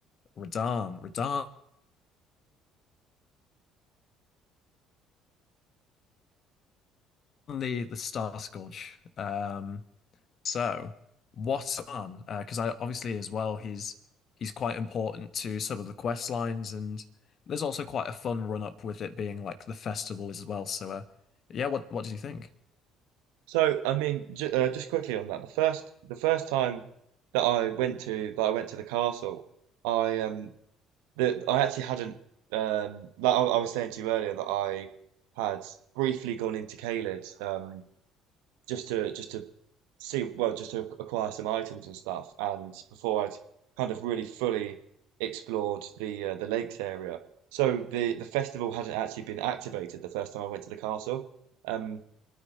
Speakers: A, on the left; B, on the right.
A: Radahn. Radahn. the the Star Scourge. Um, so what's on? Uh, Because I obviously as well he's he's quite important to some of the quest lines, and there's also quite a fun run up with it being like the festival as well. So uh, yeah, what what did you think?
B: So, I mean, j uh, just quickly on that, the first the first time that I went to that I went to the castle, I um the I actually hadn't um like I, I was saying to you earlier that I had briefly gone into Caelid um just to just to see, well, just to acquire some items and stuff. And before I'd kind of really fully explored the uh, the lakes area, so the the festival hadn't actually been activated the first time I went to the castle. Um,